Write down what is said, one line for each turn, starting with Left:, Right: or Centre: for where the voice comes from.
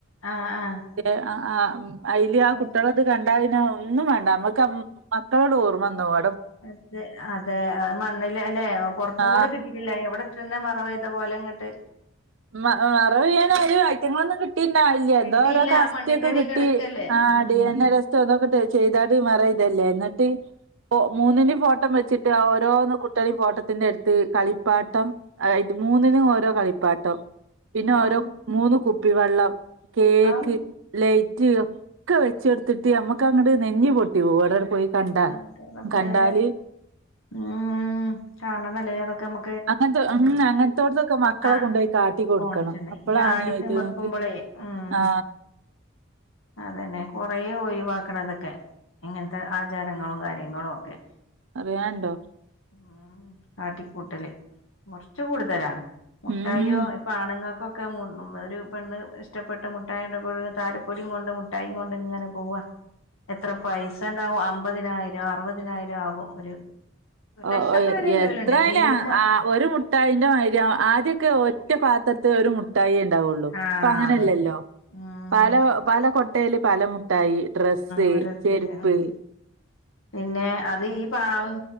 Left: ആഹ് ആഹ്
Right: <unintelligible> <unintelligible> ആ ആ അയില്
Left: അപ്പൊ
Right: ആ കുട്ടികളത് കൺ ണ്ട <unintelligible> ഒന്നും വേണ്ട നമ്മക്ക് അം മക്കളെട് ഓർമ്മന്നോവും
Left: അതെ അതെ മണ്ണില് അല്ലേ പൊറത്തും
Right: ആ
Left: കൂടെ കിട്ടീട്ടില്ല എവിടെ ഇട്ടന്നെ മറവ തപോലെ ഇങ്ങട്ട്
Right: മ മറവ്യ്യാൻ <unintelligible> ഐറ്റെങ്ങളൊന്നും കിട്ടീണ്ടാവില്യ
Left: കിട്ടിയില്ല
Right: എന്തോ ഓരോ
Left: ആ
Right: അസ്ത്യൊക്കെ
Left: മണ്ണിന്റെ അടി
Right: കിട്ടി
Left: കെടക്കല്ലേ
Right: ആ
Left: ഉം
Right: ടി എൻ എ ടെസ്റ്റൊ <unintelligible> ചെയ്താടി മറയ്തല്ലേ എന്നിട്ട് മൂന്നിന് ഫോട്ടം വെച്ചിട്ട് ആ ഓരോന്ന കുട്ട്യളേം ഫോട്ടത്തിന്റെ അടുത്ത് കളിപ്പാട്ടം ത് മൂന്നിനും ഓരോ കളിപ്പാ ട്ടം പിന്നെ ഓരോ
Left: ഔ
Right: മൂന്ന് കുപ്പി വെള്ളം കേക്ക്
Left: ഔ
Right: ലൈ <unintelligible> ഒക്കെ വെച്ചെടുത്തിട്ട് നമ്മുക്ക് അങ്ങ്ടൂ നെഞ്ഞി പൊട്ടി പോകും വടടെ പോയി കണ്ടാ
Left: എന്ററബ്ബെ
Right: കണ്ടാല്
Left: ഉം കാണണല്ലേ അതൊക്കെമ്മ
Right: അങ്ങനത്തെ <unintelligible> അങ്ങനത്തോടത്തൊക്കെ മക്കളെ
Left: ആ
Right: കൊണ്ട് പോയി കാട്ടി കൊടുക്കണം
Left: കോൺഫിഡ
Right: അപ്പളാണ്
Left: ഈ ആടി
Right: ഇത്ങ്ങക്ക്
Left: തിമിർക്കുമ്പോളേ ഉം
Right: ആ
Left: അതന്നെ കൊറേ ഒഴിവാക്കണതൊക്കെ ഇങ്ങനത്തെ ആ ആചാരങ്ങളും കാര്യങ്ങളുക്കെ
Right: അറിയാണ്ടോ
Left: ഉം കാട്ടിക്കൂട്ടല് കുറച്ച് കൂടുതലാണ് മുട്ടായിയൊ
Right: ഉം
Left: ഇപ്പൊ ആണുങ്ങക്ക ഇപ്പൊക്കെ മു ഒരു പെണ്ണ് ഇഷ്ടപ്പെട്ട് മുട്ടായിട്ട് താലപ്പൊലി കൊണ്ട് മുട്ടായിം കൊണ്ട് ഇങ്ങനെ പോവാ എത്ര പൈസ ഉണ്ടാവും അ അമ്പതിനായിരം അറുപതിനായിരം ആകും ഒരു ഒരു
Right: ഓ
Left: ലക്ഷമൊക്കെ
Right: ഓ
Left: വരെല്ലോലുണ്ട്
Right: എത്ര
Left: മിനിമം
Right: ന് ആ ഒരു മുട്ടായിന്റെ മാര്യ ആ ദ്യക്കെ ഒറ്റ പാത്ര ൽഒരു മുട്ടായി. ഉണ്ടാവുള്ളുഇപ്പം
Left: ആ
Right: അങ്ങനല്ലല്ലോ
Left: അതെ ആഹ്
Right: പല പല കൊ ട്ടേൽ പല ട്ടായി ഡ്രസ്സ്
Left: ഓരോരുത്തര്
Right: ചെര്പ്പ്
Left: ആഹ് പിന്നെ അത് ഈ പാവം